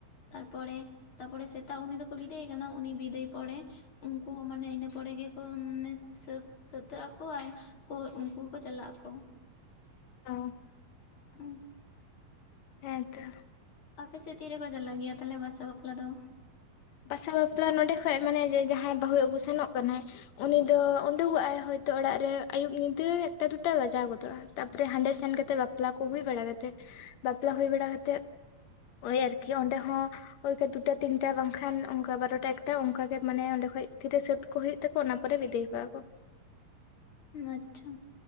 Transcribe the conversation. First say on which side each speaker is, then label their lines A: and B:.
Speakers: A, on the left; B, on the left.
A: ᱛᱟᱨᱯᱚᱨᱮ ᱛᱟᱨᱯᱚᱨᱮ ᱥᱮᱛᱟᱜ ᱩᱱᱤ ᱫᱚᱠᱚ ᱵᱤᱫᱟᱹᱭᱮ ᱠᱟᱱᱟ ᱩᱱᱤ ᱵᱤᱫᱟᱹᱭ ᱯᱚᱨᱮ, ᱩᱱᱠᱩ ᱦᱚᱸ ᱢᱟᱱᱮ ᱤᱱᱟᱹ ᱯᱚᱨᱮ ᱜᱮᱠᱚ ᱢᱟᱱᱮᱥ, ᱥᱟᱹᱛ ᱥᱟᱹᱛᱟᱹᱜ ᱟᱠᱚ ᱟᱨ ᱩᱱᱠᱩ ᱦᱚᱸᱠᱚ ᱪᱟᱞᱟᱜ ᱟᱠᱚ,
B: ᱚ
A: ᱩᱸ
B: ᱦᱮᱸ ᱛᱚᱻ
A: ᱟᱯᱮᱥᱮᱫ ᱛᱤᱨᱮᱠᱚ ᱪᱟᱞᱟᱜ ᱜᱮᱭᱟ ᱛᱟᱦᱚᱞᱮ ᱵᱟᱥᱟ ᱵᱟᱯᱞᱟ ᱫᱚ,
B: ᱵᱟᱥᱟ ᱵᱟᱯᱞᱟ ᱱᱚᱸᱰᱮ ᱠᱷᱚᱡ ᱢᱟᱱᱮ ᱡᱟᱦᱟᱸᱭ ᱵᱟᱹᱦᱩ ᱟᱹᱜᱩ ᱥᱮᱱᱚᱜ ᱠᱟᱱᱟᱭ ᱩᱱᱤ ᱫᱚ ᱩᱱᱤ, ᱩᱰᱩᱠᱚᱜᱼᱟᱭ ᱦᱳᱭᱛᱳ ᱚᱲᱟᱜ ᱨᱮ ᱟᱹᱭᱩᱵ ᱧᱤᱫᱟᱹ ᱮᱠᱴᱟ ᱫᱩᱴᱟ ᱵᱟᱡᱟᱣ ᱜᱚᱫᱚᱜᱼᱟ ᱛᱟᱯᱚᱨᱮ ᱦᱟᱸᱰᱮ ᱥᱮᱱ ᱠᱟᱛᱮ ᱵᱟᱯ, ᱵᱟᱯᱞᱟ ᱠᱩ ᱦᱩᱭ ᱵᱟᱲᱟ ᱠᱟᱛᱮᱫ ᱵᱟᱯᱞᱟ ᱦᱩᱭ ᱵᱟᱲᱟᱛᱮᱫ, ᱳᱭ ᱟᱨᱠᱤ ᱚᱸᱰᱮ ᱦᱚᱸ ᱳᱭ ᱫᱩᱴᱟ ᱛᱤᱱᱴᱟ ᱵᱟᱝ, ᱠᱷᱟᱱ ᱚᱱᱠᱟ ᱵᱟᱨᱚᱴᱟ ᱮᱠᱴᱟ ᱚᱱᱠᱟ ᱜᱮ ᱢᱟᱱᱮ ᱚᱸᱰᱮ ᱠᱷᱚᱡ ᱛᱤᱨᱮ ᱥᱟᱹᱛ ᱠᱚ ᱦᱩᱭᱩᱜ ᱛᱟᱠᱚ ᱚᱱᱟᱯᱟᱨᱮ ᱵᱤᱫᱟᱹᱭ ᱠᱚᱣᱟ ᱠᱚ,
A: ᱟᱪᱪᱷᱟ